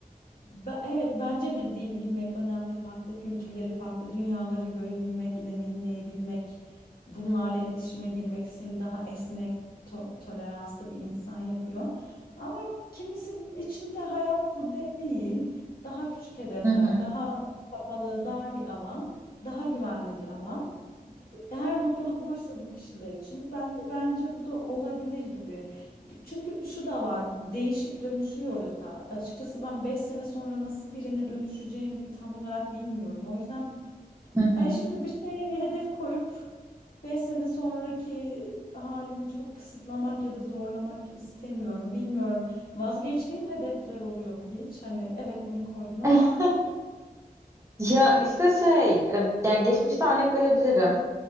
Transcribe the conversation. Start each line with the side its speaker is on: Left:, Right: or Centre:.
Left: ben, evet bence de dil bilmek önemli. Farklı kültürleri, farklı dünyaları görebilmek, deneyimleyebilmek, bunlarla iletişime girmek seni daha esnek, to- toleranslı bir insan yapıyor. Ama kimisinin içinde hayat bu değil. Daha küçük hedefler,
Right: hı hı,
Left: daha kapalı, dar bir alan, daha güvenli bir alan. Eğer mutluluk buysa bu kişiler için ben bence bu da olabilir gibi. Çünkü şu da var değişip dönüşüyoruz da. Açıkçası ben 5 sene sonra nasıl birine dönüşeceğimi tam olarak bilmiyorum. O yüzden
Right: hı hı.
Left: hani şimdi bir şeye hedef koyup 5 sene sonraki halimi çok kısıtlamak ya da zorlamak istemiyorum. Bilmiyorum. Vazgeçtiğin hedefler oluyor mu hiç? Hani evet bunu koydum
Right: <laughs>
Left: ama
Right: Ya işte şey, e, yani geçmişte örnek verebilirim.